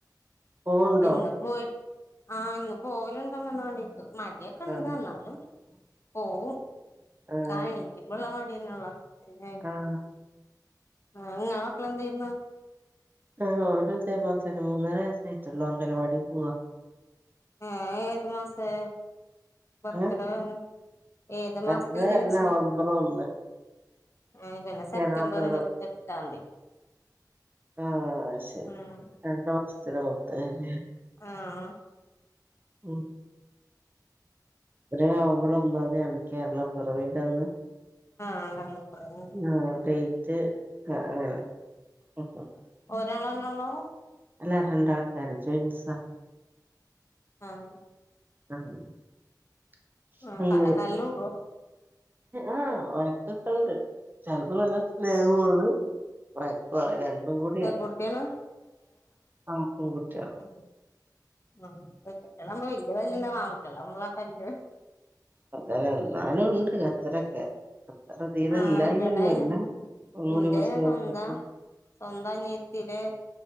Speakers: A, on the right; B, on the left.
A: പോവുണ്ടോ
B: ഇന്ന് പോയി ആ ഇന്ന് പോവലുണ്ടങ്കണവാടിക്ക് മടി ഒക്കെണ്ട്
A: ആഹ്
B: എന്നാലും പോവും
A: ആഹ്
B: ആ എണിക്കുമ്പള്ളാ മടിന്നെള്ളൂ പിന്നെ
A: ആഹ്
B: ആഹ് ഇങ്ങളെ മക്കളെന്ത ചെയ്യുന്നു
A: ആ ഓനു ഇതേ പോൽതെന്നെ മൂന്നര വയസ്സേ ആയിട്ടള്ളു അംഗനവാടിപോവ
B: ആ ഏത് മാസെ ബർത്ത്ഡേ
A: ഏഹ്
B: വരണ് ഏത്
A: ബർത്ത്ഡേ
B: മാസത്തിലാ ജനിച്ച്
A: നവംബർ ഒന്ന്
B: <unintelligible> പിന്നെ സെപ്റ്റംബർ
A: കേരളപ്പിറ
B: ഇരുപത്തെട്ടാന്തി
A: ആഹ് ശെരി
B: ഉം
A: രണ്ട് മാസത്തിന് മൂത്തെല്ലേ
B: ആഹ്
A: ഉം വര് നവമ്പർ ഒന്നാതീയാണ് കേരള പിറവീന്റന്ന്
B: <unintelligible>
A: ആഹ് ഡേറ്റ് ആഹ് അങ്ങനെ
B: ഒരാളന്നെള്ളൂ
A: അല്ലാ രണ്ടാൾക്കാര് ച്വയ്ങ്സ
B: ആഹ്
A: <unintelligible>
B: നോക്ക
A: അങ്ങനെ
B: തല്ലൂഡോ?
A: ആഹ് വയക്കൊക്കെ ഉണ്ട് ചെലപ്പോ നല്ല സ്നേഹോണ്
B: ഉം
A: വഴക്കാണ് രണ്ടും കൂടിയാണ്
B: പെൺകുട്ടിയാണ്
A: ആ പെൺകുട്ടിയാള്
B: ഉം ആഹ് പെൺകുട്ടികളാവുമ്പോ വല്യ തല്ലുണ്ടാവില്ല ആൺകുട്ടികളാവുമള തല്ല്
A: അതന്നെ എന്നാലും ഉണ്ട് കച്ചറൊക്കെ അത്ര തീരെ
B: ആഹ്
A: ഇല്ലായി
B: ഇവിടെ
A: ഒന്നുല്ല. മുടി
B: ഇന്റെ സ്വന്തം
A: <unintelligible>
B: സ്വന്തം അനിയത്തിടെ